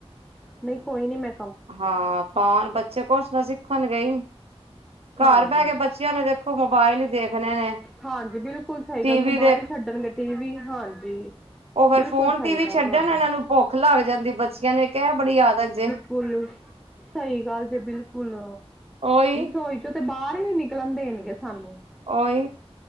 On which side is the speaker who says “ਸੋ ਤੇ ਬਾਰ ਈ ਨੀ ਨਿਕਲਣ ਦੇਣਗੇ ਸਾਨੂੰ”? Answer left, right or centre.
Centre